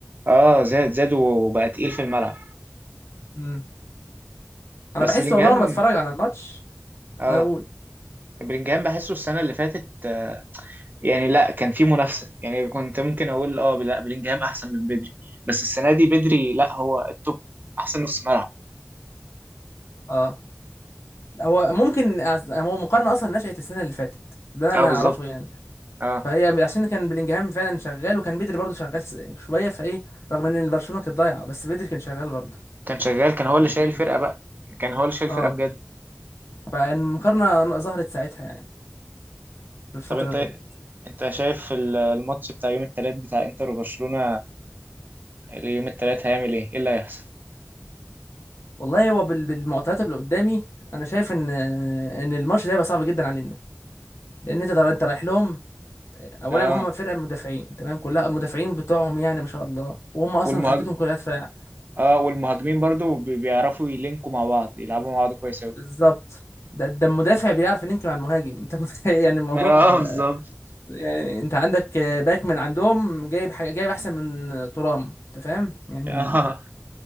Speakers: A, on the right; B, on the left.
A: اه زاد زاد وبقى تقيل في الملعب
B: امم انا
A: بس
B: بحس
A: بلينجهام
B: والله وانا بتفرج على الماتش
A: اه
B: انا اقول
A: بلينجهام بحسه السنة اللي فاتت آه، يعني لا كان في منافسة يعني كنت ممكن أقول أه لا بلينجهام أحسن من بدري بس السنة دي بدري لا هو التوب أحسن نص ملعب
B: اه لا، هو ممكن أصل- هو مقارنه اصلا نشأت السنه اللي فاتت ده
A: أه
B: انا
A: بالظبط
B: اعرفه يعني
A: أه
B: فهي عشان كان بلينجهام فعلا شغال وكان بدري برضه شغال س- شويه فايه رغم ان برشلونه كانت ضايعه بس بدري كان شغال برضه
A: كان شغال كان هو اللي
B: يعني
A: شايل
B: بدري
A: الفرقة بقى كان هو اللي شايل
B: اه
A: الفرقة بجد
B: فالمقارنة ظهرت ساعتها يعني في الفترة
A: طب أنت
B: ديت
A: أنت شايف ال- الماتش بتاع يوم التلات بتاع إنتر وبرشلونة يوم التلات هيعمل إيه؟ إيه اللي هيحصل؟
B: والله هو بال- بالمعطيات اللي قدامي انا شايف ان ان الماتش ده هيبقى صعب جدا علينا لان انت طالع- انت رايح لهم اولا
A: أه
B: هم فرقه مدافعين تمام كلها المدافعين بتوعهم يعني ما شاء الله وهم اصلا
A: والمهاج...
B: خطتهم كلها دفاع
A: أه والمهاجمين برضو بي- بيعرفوا يلينكوا مع بعض يلعبوا مع بعض كويس أوي
B: بالظبط ده ده المدافع بيعرف يلينك مع المهاجم <laughs> انت متخيل يعني الموضوع
A: اه
B: آه،
A: بالظبط
B: يعني انت عندك آه، باك من عندهم جايب حاجه جايب احسن من آه، ترام انت فاهم يعني
A: اه